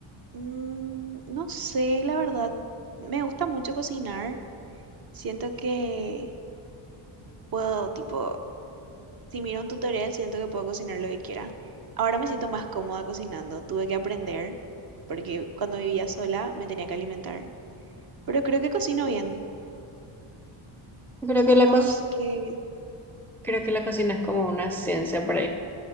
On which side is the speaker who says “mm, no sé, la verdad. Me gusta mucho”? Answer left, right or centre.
Right